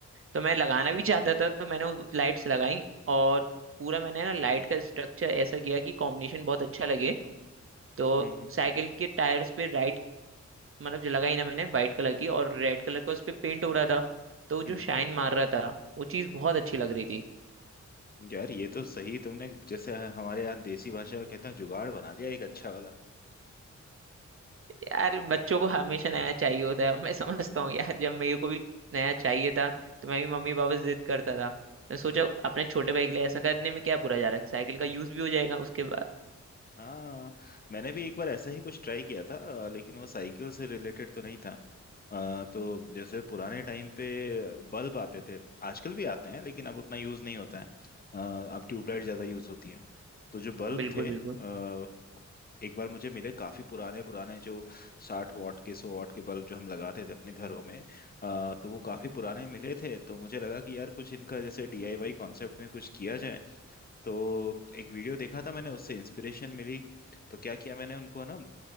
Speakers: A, on the right; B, on the left.
A: तो मैं लगाना भी चाहता था तो मैंने लाइट्स लगाई और पूरा मैंने ना लाइट का स्ट्रक्चर ऐसा किया कि कॉम्बिनेशन बहुत अच्छा लगे तो
B: हम्म हम्म।
A: साइकिल के टायर्स पे राइट मतलब जो लगाई ना मैंने वाइट कलर की और रेड कलर का उस पे पेंट हो रहा था तो वो
B: हम्म।
A: जो शाइन मार रहा था वो चीज बहुत अच्छी लग रही थी
B: यार ये तो सही तुमने जैसे हमारे यहाँ देसी भाषा में कहते हैं जुगाड़ बना लिया एक अच्छा वाला
A: यार बच्चों को हमेशा नया चाहिए होता है मैं <laughs> समझता हूँ यार जब मेरे को भी नया चाहिए था तो मैं भी मम्मी पापा से जिद करता था मैं सोचा अपने छोटे भाई के लिए ऐसा करने में क्या बुरा जा रहा है साइकिल का यूज भी हो जाएगा उसके बाद
B: हाँ मैंने भी एक बार ऐसा ही कुछ ट्राई किया था अ, लेकिन वो साइकिल से रिलेटेड तो नहीं था अ, तो जैसे पुराने टाइम पे बल्ब आते थे आजकल भी आते हैं लेकिन अब उतना यूज़ नहीं होता है अ, अब ट्यूबलाइट ज़्यादा यूज़ होती है तो जो बल्ब
A: बिल्कुल
B: थे
A: बिल्कुल
B: अ, एक बार मुझे मिले काफी पुराने पुराने जो साठ वॉट के सौ वॉट के बल्ब जो हम लगाते थे अपने घरों में अ, तो वो काफी पुराने मिले थे तो मुझे लगा कि यार कुछ इनका जैसे डीआईवाई कॉन्सेप्ट में कुछ किया जाए तो एक वीडियो देखा था मैंने उससे इंस्पिरेशन मिली तो क्या किया मैंने उनको ना